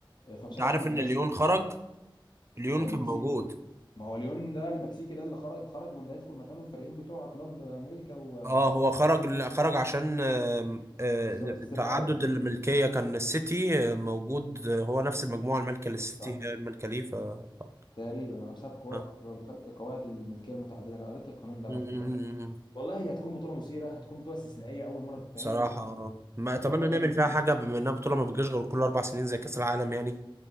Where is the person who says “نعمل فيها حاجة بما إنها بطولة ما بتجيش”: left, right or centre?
Right